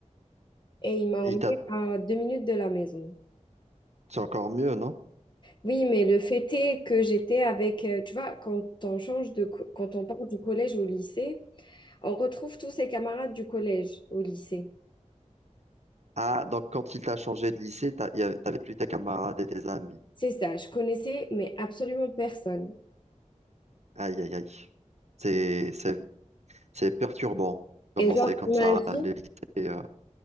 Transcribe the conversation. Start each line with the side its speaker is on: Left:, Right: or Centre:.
Left: Et il m'a emmené
Right: Il t'a-
Left: à deux minutes de la maison.
Right: C'est encore mieux, non?
Left: Oui, mais le fait est que j'étais avec, euh, tu vois, quand on change de, co- quand on part du collège au lycée, on retrouve tous ses camarades du collège au lycée.
Right: Ah, donc quand il t'a changé de lycée, t'as- il y avait- t'avais plus tes camarades et tes amis.
Left: C'est ça, je connaissais, mais absolument personne.
Right: Aïe, aïe, aïe. C'est, c'est, c'est perturbant, commencer
Left: Et genre,
Right: comme
Left: imagine,
Right: ça à lycée. euh.